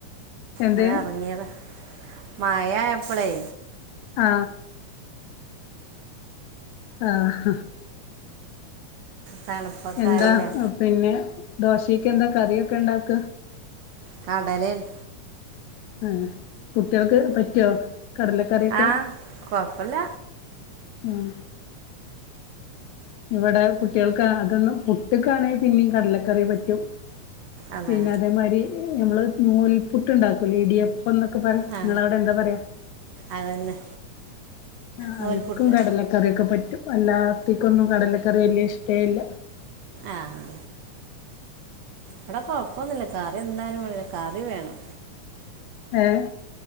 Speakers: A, on the left (about 75°); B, on the right (about 70°).
A: എന്ത്
B: ങ്ങനെർങ്ങിയത് മയാഎപ്പളേ
A: ആ ആഹ
B: തണുപ്പൊക്കെ
A: എന്താ
B: ആയില്ലേ
A: പിന്നെ ദോശേക്കെന്താ കറിയൊക്കെണ്ടാക്ക
B: കടലൻ
A: ആഹ് കുട്ടിൾക്ക് പറ്റോ കടലക്കറിയൊക്കെ
B: ആ കുഴപ്പമില്ല
A: ഉം ഇവിടെ കുട്ടിൾക്ക് അതൊന്നും പുട്ടിക്കാണെ പിന്നെയും കടലക്കറി പറ്റും
B: അതെ
A: പിന്നെ അതേമാരി നമ്മള് നൂൽപുട്ട്ണ്ടാക്കുലെ ഇടിയ പ്പന്നൊക്കെ പറിം
B: ആ
A: ങ്ങളവിടെന്താ പറയാ
B: അതന്നെ
A: ആഹ്
B: നൂൽപുട്ട്
A: ഇക്കും കടലക്കറിയൊക്കെ പറ്റും അല്ലാത്തിക്കൊന്നും കടലക്കറി വല്ല്യ ഇഷ്ടേ ഇല്ല
B: ആഹ് വിടെ കൊഴപ്പൊന്നുല്ല കറി എന്തായാലും മാണ്ടില്ല കറി വേണം
A: ഏയ്